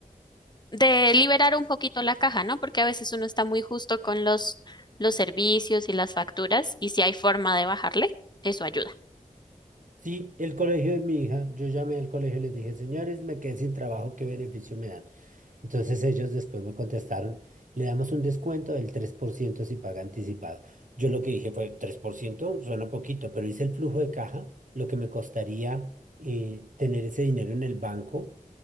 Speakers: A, on the left (about 30°); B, on the right (about 65°).
A: de liberar un poquito la caja, ¿no? Porque a veces uno está muy justo con los, los servicios y las facturas, y si hay forma de bajarle, eso ayuda.
B: Sí, el colegio de mi hija, yo llamé al colegio y les dije, señores, me quedé sin trabajo, ¿qué beneficio me dan? Entonces ellos después me contestaron, le damos un descuento del 3% si paga anticipado. Yo lo que dije fue, 3% suena poquito, pero hice el flujo de caja, lo que me costaría eh, tener ese dinero en el banco